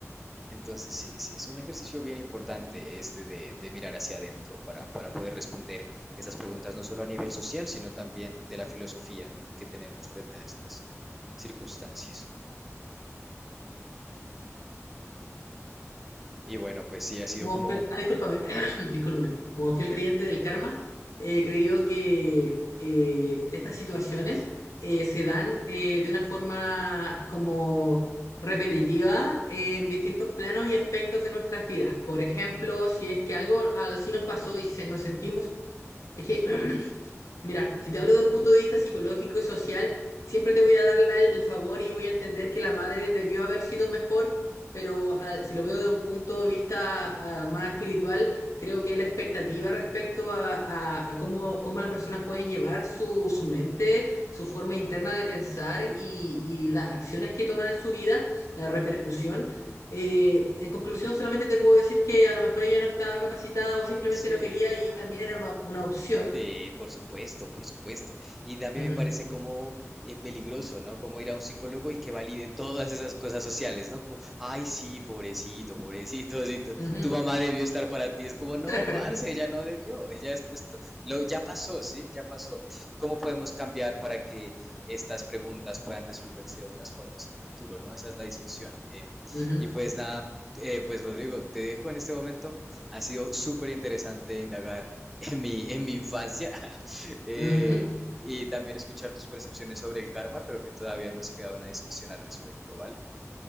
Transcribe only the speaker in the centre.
Entonces sí, sí, es un ejercicio bien importante este de, de mirar hacia adentro para, para poder responder esas preguntas no solo a nivel social, sino también de la filosofía que tenemos frente a estas circunstancias. Y bueno, pues sí, ha sido
como...
Sí,
claro.
Sí, por supuesto, por supuesto. Y también
me parece como eh, peligroso, ¿no? Como ir a un psicólogo y que valide todas esas cosas sociales, ¿no? Como, ay, sí, pobrecito, pobrecito, sí, tu,
tu mamá debió estar para ti. Es como, no,
parce, ella no debió, ella es- esto, lo, ya pasó, ¿sí? Ya pasó. ¿Cómo podemos cambiar para que estas preguntas puedan resolverse de otras formas en el futuro, ¿no? Esa es la discusión. Em,
y pues nada, eh, pues Rodrigo, te dejo en este momento. Ha sido súper interesante indagar en mi, en mi infancia. <laughs> Eh,
y también escuchar tus percepciones sobre el karma. Creo que todavía nos queda una discusión al respecto, ¿vale?